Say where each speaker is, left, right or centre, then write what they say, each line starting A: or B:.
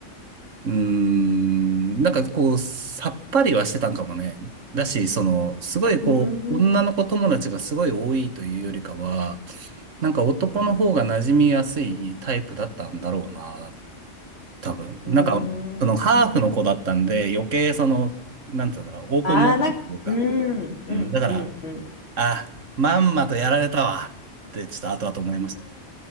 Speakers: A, on the right; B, on the left.
A: うーん、なんかこう、さっぱりはしてたんかもね。だし、その、すごいこう、
B: ううー
A: 女の子友達がすごい多いというよりかは、なんか男の方が馴染みやすいタイプだったんだろうな、
B: ん。
A: 多分。
B: うーん。
A: なんか、そのハーフの子だったんで、余計その、なんて言うんだろう、オープンマインドというか、
B: ああ、なん、うん、うん、
A: うん、だから、
B: うん、うん。
A: あ、まんまとやられたわ、ってちょっと後々思いまし